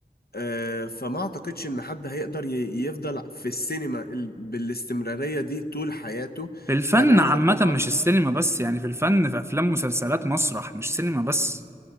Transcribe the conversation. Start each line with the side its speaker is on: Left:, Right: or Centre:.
Left: آه، فما أعتقدش إن حد هيقدر ي- يفضل في السينما ال- بالاستمرارية دي طول حياته
Right: في الفن
Left: يعني عندك
Right: عامة
Left: طبعا
Right: مش السينما بس يعني في الفن في افلام مسلسلات مسرح مش سينما بس